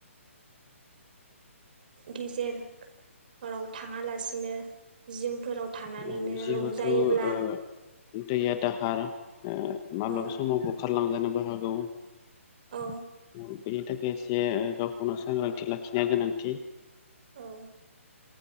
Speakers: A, on the right; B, on the left.
A: गेजेराव थाङालासिनो जिंफोराव थानानैनो
B: औ जिहेथु
A: रंजायोब्ला
B: ओ दैया दाहार ओ माब्लाबा
A: औ
B: समाव बुखारलांजानोबो हागौ।
A: औ
B: बेनि थाखाय एसे गावखौनो सांग्रांथि लाखिनाया गोनांथि।
A: औ।